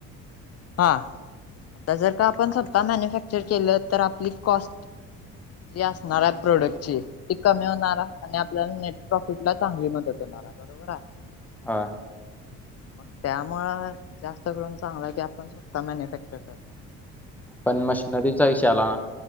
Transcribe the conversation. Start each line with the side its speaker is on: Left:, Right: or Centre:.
Left: हा आता जर का आपण स्वतः मॅन्युफॅक्चर केलं तर आपली कॉस्ट जी असणार आहे प्रोडक्टची ती कमी होणार आणि आपल्याला नेट प्रॉफिट ला चांगली मदत होणार आहे बरोबर आहे
Centre: हा
Left: मग त्यामुळं जास्त करून चांगला की आपण स्वत मॅन्युफॅक्चर करण
Centre: पण मशनरीचा विषय आला ना